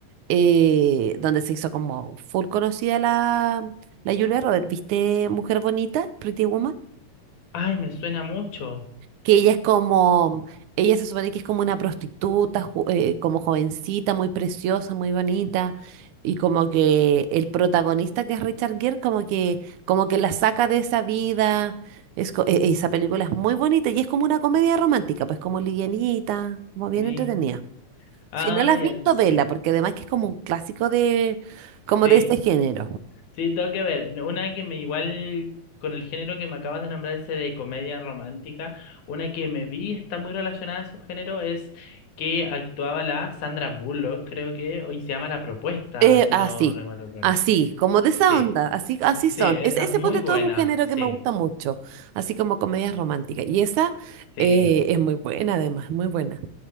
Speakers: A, on the right; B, on the left.
A: eh, donde se hizo como full conocida la, la Julia Roberts? ¿Viste Mujer Bonita, Pretty Woman?
B: Ay, me suena mucho.
A: que ella es como, ella se supone que es como una prostituta, ju- eh, como jovencita, muy preciosa, muy bonita, y como que el protagonista que es Richard Gere, como que, como que la saca de esa vida, es, co- e- esa película es muy bonita y es como una comedia romántica, pues como livianita, como bien
B: Mi...
A: entretenida.
B: Ah,
A: Si no la has
B: ya,
A: visto, vela,
B: sí.
A: porque además que es como un clásico de, como
B: Sí,
A: de ese género.
B: Sí, tengo que ver. No, Una que me igual con el género que me acabas de nombrar, ese de comedia romántica, una que me vi está muy relacionada a esos géneros, es que actuaba la Sandra Bullock, creo que hoy se llama La Propuesta,
A: Eh,
B: si
A: así,
B: no re- mal recuerdo.
A: así, como de esa
B: Sí,
A: onda, así, así
B: sí,
A: son.
B: esa
A: Es, ese
B: es muy
A: ponte
B: buena,
A: todo es un género
B: sí,
A: que me gusta mucho, así como comedias románticas. Y esa
B: sí.
A: eh, es muy buena, además, muy buena.